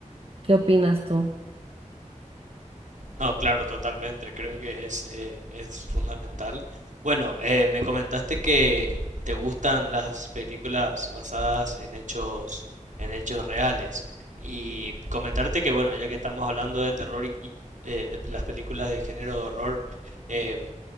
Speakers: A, on the right; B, on the right.
A: ¿Qué opinas tú?
B: No, claro, totalmente. Creo que es, eh, es fundamental. Bueno, eh, me comentaste que te gustan las películas basadas en hechos, en hechos reales. Y comentarte que, bueno, ya que estamos hablando de terror y y, eh, de las películas de género de horror, em,